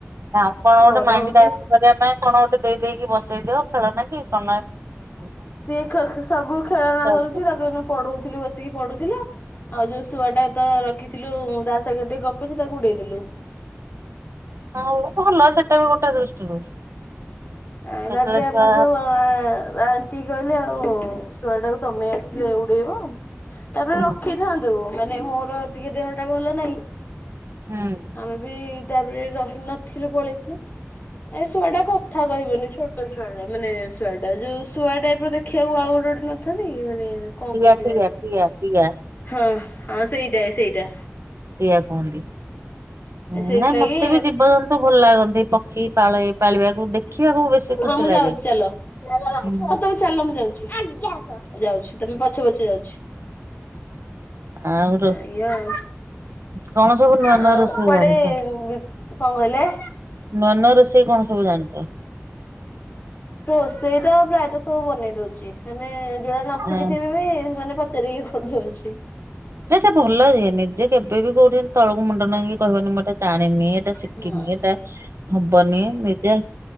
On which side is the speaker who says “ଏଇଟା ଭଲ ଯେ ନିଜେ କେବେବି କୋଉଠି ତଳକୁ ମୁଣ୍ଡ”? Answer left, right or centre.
Right